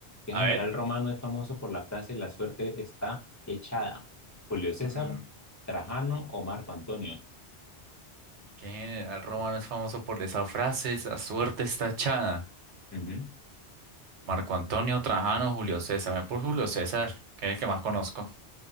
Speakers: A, on the left; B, on the right.
A: ¿Qué
B: A
A: general
B: ver.
A: romano es famoso por la frase la suerte está echada? ¿Julio César,
B: Mm,
A: Trajano o Marco Antonio?
B: ¿qué general romano es famoso por esa frase? La suerte está echada.
A: Ujú.
B: Marco Antonio, Trajano, Julio César. Me voy por Julio César, que es el que más conozco.